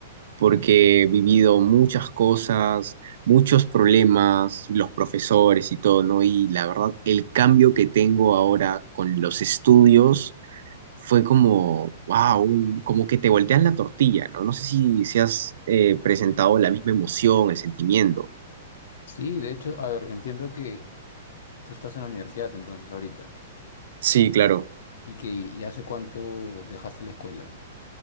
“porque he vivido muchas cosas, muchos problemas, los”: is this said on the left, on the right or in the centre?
Right